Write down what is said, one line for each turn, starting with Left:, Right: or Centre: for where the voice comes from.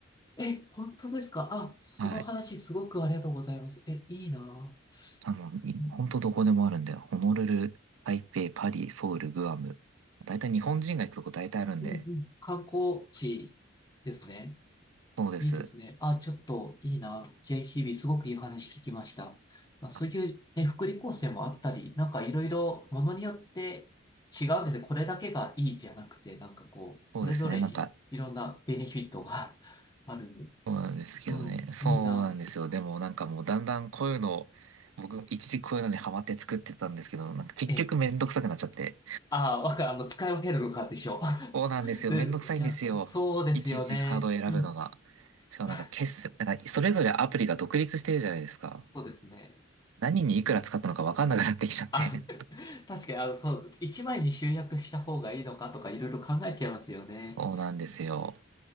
Left: え、本当ですか。あ、その話すごくありがとうございます。
Right: はい。
Left: え、いいなぁ。
Right: あの、にほんとどこでもあるんだよ。
Left: うん
Right: ホノルル、台北、パリ、ソウル、グアム。大体日本人が行くとこ大体あるんで。
Left: うんうん。観光地ですね。
Right: そうです。
Left: いいですね。あ、ちょっといいな。JCB すごくいい話聞きました。まあ、そういう、
Right: はい。
Left: ね、福利厚生もあったり、なんかいろいろものによって違うんですね。これだけがいいじゃなくて、なんかこう、それぞれにいろんなベネフィットが
Right: そうですね。なんか、
Left: <laughs> ある。
Right: そうなんですけどね。
Left: うん、
Right: そうなんですよ。
Left: いいな。
Right: でもなんかもうだんだんこういうのを、僕一時こういうのにハマって作ってたんですけど、なんか結局めんどくさくなっちゃって。
Left: ええ、ああ、わか、あの、使い分けるのかでしょ。
Right: そうなんですよ。
Left: <laughs> で、
Right: めんどくさいんですよ。
Left: いや、そうですよね。
Right: いちいちカードを選ぶのが。
Left: うん。
Right: しかもなんか決済、
Left: <laughs>
Right: なんかそれぞれアプリが独立してるじゃないですか。
Left: そうですね。
Right: 何にいくら使ったのかわかんなくなってきちゃって。
Left: あ、<laughs> 確かに、あの、そう、一枚に集約した方がいいのかとかいろいろ考えちゃいますよね。
Right: <laughs> そうなんですよ。